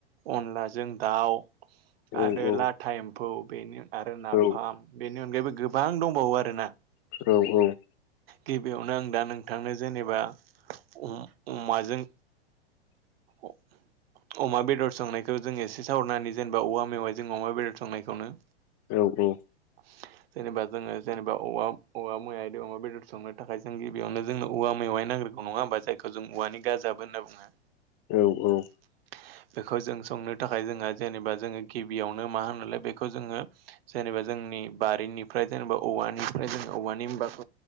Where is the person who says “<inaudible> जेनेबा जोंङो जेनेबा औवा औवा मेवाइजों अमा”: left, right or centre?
Right